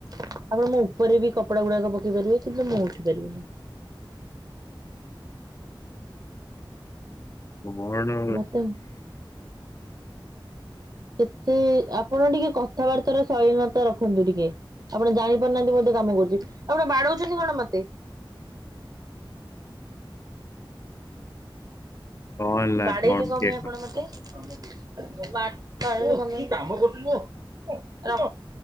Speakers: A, on the right; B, on the left.
A: ଆପଣ ମୋ ଉପରେ ବି କପଡା ଗୁଡାକ ପକେଇ ପାରିବେ କିନ୍ତୁ ମୁଁ ଉଠି ପାରିବିିନି।
B: <unintelligible>
A: ମତେ। କେତେ ଆପଣ ଟିକେ କଥାବାର୍ତ୍ତାର ଶଳୀନତା ରଖନ୍ତୁ ଟିକେ। ଆପଣ ଜାଣିପାରୁନାହାନ୍ତି ବୋଧେ କାମ କରୁଛି ଆପଣ ବାଡଉଛନ୍ତି କଣ ମତେ?
B: କଣ ହେଲା
A: ବାଡେଇଲେ କଣ
B: କିଏ
A: ପାଇଁ ଆପଣ ମତେ ଵା ବାଡ଼େଇଲୁ କଣପାଇଁ କାମ କରୁଚି ମୁଁ <unintelligible> ର